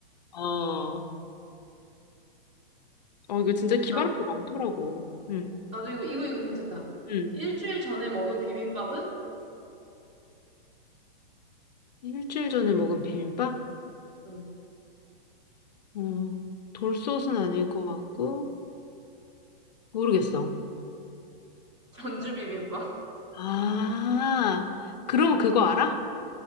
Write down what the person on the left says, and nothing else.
어, 어, 이거 진짜 기발한
거 많더라고. 응,
응.
일주일 전에 먹은 비빔밥?
어, 돌솥은 아닐 것 같고, 모르겠어.
아, 그럼 그거 알아?